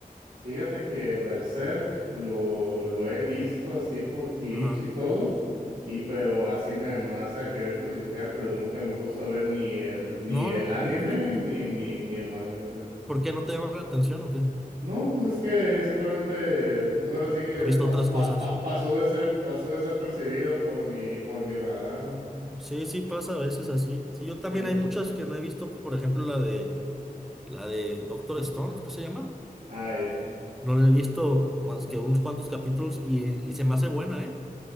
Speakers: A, on the right (about 80°); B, in the centre.
A: Fíjate que Berserk lo, lo he visto así por clips
B: Ajá.
A: y todo, y pero así me vas a querer crucificar, pero nunca me he puesto a ver ni el, ni
B: No,
A: el
B: no, no.
A: anime
B: ¿Por qué?
A: ni, ni, ni el manga. O sea.
B: ¿Por qué no te llama la atención o qué?
A: No, pues es que simplemente, pues ahora sí que
B: ¿Has visto
A: pas-
B: otras
A: pa-
B: cosas?
A: pa- pasó de ser, pasó desapercibido por mi, por mi radar. ¿no?
B: Sí, sí pasa a veces así. Sí, yo también
A: Sí.
B: hay muchas que no he visto, por ejemplo, la de La de Doctor Stone, creo que se llama.
A: Ah, ya.
B: No la he visto más que unos cuantos capítulos y, y se me hace buena, ¿eh?